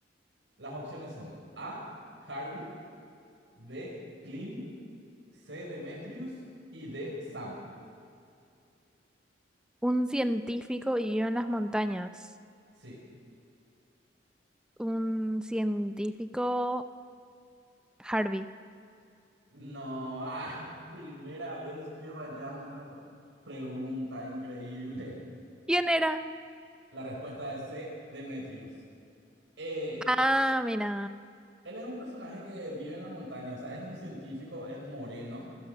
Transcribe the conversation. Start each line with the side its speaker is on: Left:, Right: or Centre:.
Right: Las opciones son A, Harvey, B, Clint C, Demetrius y D, Sam.
Centre: Un científico vivió en las montañas.
Right: Sí.
Centre: Un científico Harvey.
Right: No, ah, <laughs> primera vez que fallas una pregunta increíble.
Centre: ¿Quién era?
Right: La respuesta es C, Demetrius. Eh,
Centre: Ah, mira.
Right: él es un personaje que vive en la montaña, o sea, es un científico, es moreno,